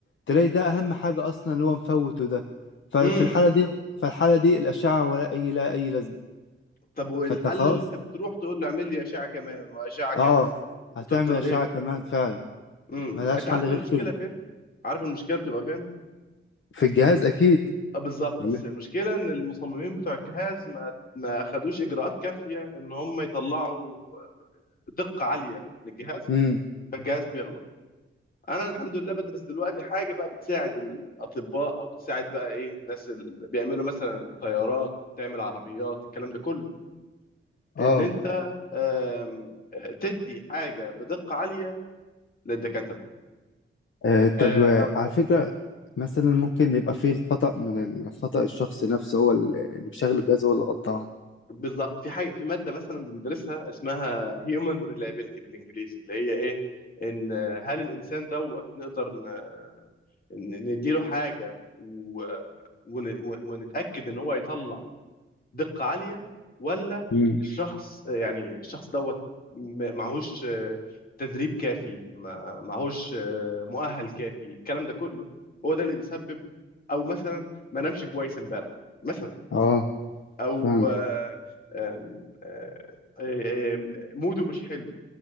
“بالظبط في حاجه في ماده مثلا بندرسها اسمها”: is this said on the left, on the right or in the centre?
Left